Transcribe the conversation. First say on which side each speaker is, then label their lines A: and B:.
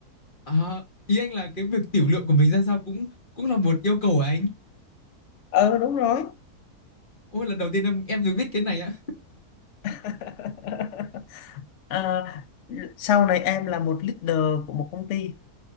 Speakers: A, on the left (about 35°); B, on the left (about 60°).
A: À, ý anh là cái việc tiểu lượng của mình ra sao cũng cũng là một yêu cầu của anh.
B: ờ đúng rồi
A: Ôi lần đầu tiên em em được biết cái này á.
B: <laughs> à, sau này em là một leader của một công ty